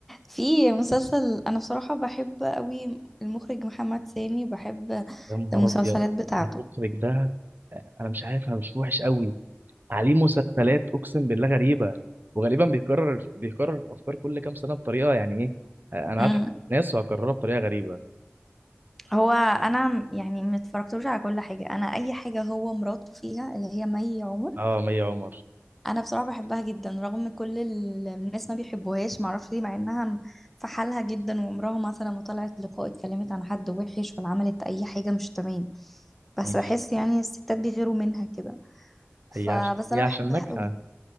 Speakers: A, in the centre; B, on the right (about 50°).
A: في مسلسل أنا بصراحة بحب قوي المخرج محمد سامي بحب
B: يا نهار
A: المسلسلات
B: ابيض
A: بتاعته
B: المخرج ده انا مش عارف انا مش وحش قوي عليه مسلسلات اقسم بالله غريبه وغالبا بيكرر بيكرر الافكار كل كام سنه بطريقه يعني ايه آه، انا
A: امم
B: هضحك على الناس وهكررها بطريقه غريبه
A: هو انا م- يعني ما اتفرجتوش على كل حاجه انا اي حاجه هو مراته فيها اللي هي مي عمر
B: اه مي عمر
A: انا بصراحه بحبها جدا رغم كل ال- الناس ما بيحبوهاش ما اعرفش ليه مع انها م- في حالها جدا وعمرها مثلا ما طلعت لقاء اتكلمت عن حد وحش ولا عملت اي حاجه مش تمام بس
B: أمم.
A: بحس يعني الستات بيغيروا منها كده فبس
B: هي عشان هي
A: انا
B: عشان
A: بحبها
B: ناجحه
A: قوي